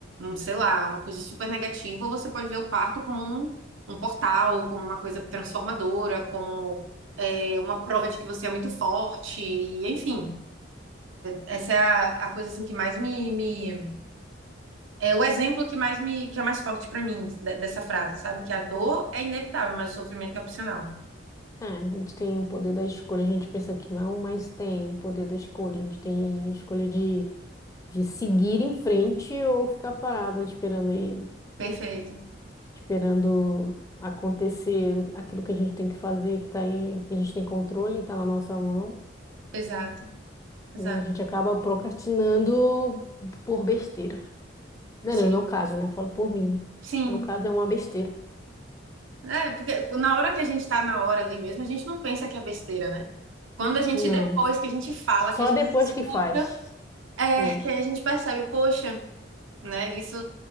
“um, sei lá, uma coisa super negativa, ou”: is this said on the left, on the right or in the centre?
Right